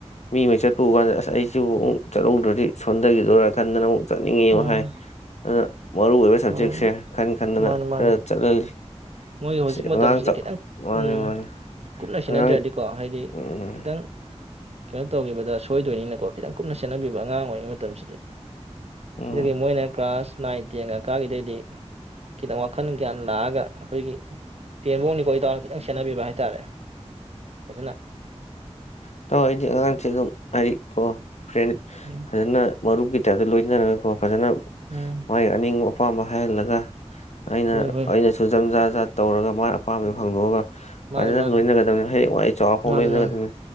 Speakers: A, on the left; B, on the right.
A: ꯃꯤꯃꯩ ꯆꯠꯄ ꯎꯀꯥꯟꯗ ꯑꯁ ꯑꯩꯁꯤꯕꯨ ꯑꯃꯨꯛ ꯆꯠꯍꯧꯗ꯭ꯔꯗꯤ ꯁꯣꯟꯗꯒꯤꯗꯣꯔ ꯈꯟꯗꯅ ꯑꯃꯨꯛ ꯆꯠꯅꯤꯡꯉꯦ
B: ꯎꯝ
A: ꯑꯃꯨꯛ ꯍꯥꯏ ꯑꯗꯨ ꯋꯥꯠꯍꯧꯔꯤꯕ ꯁꯕꯖꯦꯛꯁꯦ
B: ꯍꯣꯏ
A: ꯈꯟ ꯈꯟꯗꯅ
B: ꯃꯥꯅꯤ ꯃꯥꯅꯤ
A: ꯈꯔ ꯆꯠꯍꯜꯂꯤ
B: ꯃꯣꯏꯒꯤ ꯍꯧꯖꯤꯛ
A: ꯁꯤ
B: ꯃꯇꯝꯁꯤꯗꯤ
A: ꯑꯉꯥꯡ
B: ꯈꯤꯇꯪ
A: <unintelligible> ꯃꯥꯅꯤ
B: ꯎꯝ
A: ꯃꯥꯅꯤ
B: ꯀꯨꯞꯅ ꯁꯦꯟꯅꯗ꯭ꯔꯗꯤꯀꯣ
A: ꯑꯉꯥꯡ
B: ꯍꯥꯏꯗꯤ
A: ꯎꯝ
B: ꯈꯤꯇꯪ ꯀꯩꯅꯣ ꯇꯧꯈꯤꯕꯗ ꯁꯣꯏꯗꯣꯏꯅꯤꯅꯀꯣ ꯈꯤꯇꯪ ꯀꯨꯞꯅ ꯁꯦꯟꯅꯕꯤꯕ ꯑꯉꯥꯡ ꯑꯣꯏꯔꯤꯉꯩ ꯃꯇꯝꯁꯤꯗꯤ
A: ꯎꯝ
B: ꯁꯤꯗꯒꯤ ꯃꯣꯏꯅ ꯀ꯭ꯂ꯭ꯥꯁ ꯅꯥꯏꯟ ꯇꯦꯟ ꯀꯀꯥꯒꯤꯗꯩꯗꯤ ꯈꯤꯇꯪ ꯋꯥꯈꯜ ꯒ꯭ꯌꯥꯟ ꯂꯥꯛꯑꯒ ꯑꯩꯈꯣꯏꯒꯤ ꯇꯦꯟꯐꯧꯡꯗꯤꯀꯣ ꯏꯇꯥꯎꯅ ꯈꯤꯇꯪ ꯁꯦꯟꯅꯕꯤꯕ ꯍꯥꯏꯇꯥꯔꯦ ꯐꯖꯅꯥ
A: ꯏꯇꯥꯎ ꯑꯩꯗꯤ ꯑꯉꯥꯡ ꯁꯤ ꯑꯗꯨꯝ ꯍꯥꯏꯗꯤ ꯍꯣ ꯐꯔꯦꯅꯦ
B: ꯎꯝ
A: ꯐꯖꯅ ꯃꯔꯨꯞꯀꯤ ꯇꯥꯏꯞꯇ ꯂꯣꯏꯅꯔꯒ ꯀꯣ ꯐꯖꯅ
B: ꯎꯝ
A: ꯃꯥꯏ ꯑꯅꯤꯡꯕ ꯑꯄꯥꯝꯕ ꯍꯥꯏꯍꯜꯂꯒ ꯑꯩꯅ
B: ꯍꯣꯏ ꯍꯣꯏ
A: ꯑꯩꯅꯁꯨ ꯖꯝ ꯖꯥꯠ ꯖꯥꯠ ꯇꯧꯔꯒ ꯃꯣꯏ ꯑꯄꯥꯝꯕꯗꯣ
B: ꯎꯝ
A: ꯍꯪꯗꯣꯛꯑꯒ
B: ꯃꯥꯅꯤ
A: ꯐꯖꯅ
B: ꯃꯥꯅꯤ
A: ꯂꯣꯏꯅꯒꯗꯕꯅꯤ ꯍꯌꯦꯡꯋꯥꯏ ꯆꯥꯎꯔꯐꯧ
B: ꯃꯥꯅꯤ
A: ꯂꯣꯏꯅꯒꯗꯕꯅꯤ
B: ꯃꯥꯅꯤ